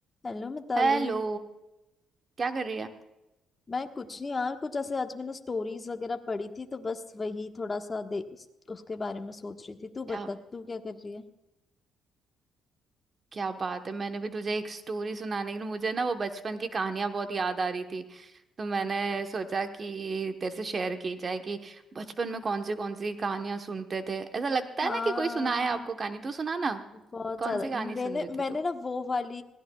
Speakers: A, on the left; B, on the right.
A: हेलो मिताली
B: Hello क्या कर रही है
A: मैं कुछ नहीं यार कुछ ऐसे आज मैंने स्टोरीज वगैरह पढ़ी थी तो बस वही थोड़ा सा दे उस- उसके बारे में सोच रही थी तू
B: क्या
A: बता तू क्या कर रही है
B: क्या बात है मैंने भी तुझे एक स्टोरी सुनाने के लिए मुझे ना वो बचपन की कहानियां बहुत याद आ रही थी तो मैंने सोचा कि तेरे से शेयर की जाए कि बचपन में कौन सी कौन सी कहानियां सुनते थे ऐसा लगता
A: हाँ
B: है ना कि कोई सुनाए आपको कहानी तू सुना ना
A: बहुत
B: कौन
A: ज्यादा
B: सी कहानी
A: मैंने
B: सुन रही
A: मैंने
B: थी तू
A: ना वो वाली